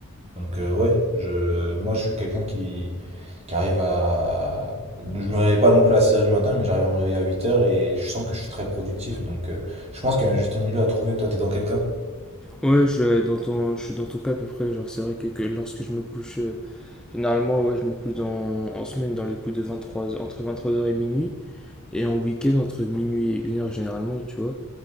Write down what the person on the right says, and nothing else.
Donc euh, ouais, je, moi je suis quelqu'un qui, qui arrive à... Je me réveille pas non plus à six heures du matin, mais j'arrive à me réveiller à huit heures et je sens que je suis très productif. Donc euh, je pense qu'il y a un juste milieu à trouver. Toi, t'es dans quelqu'un?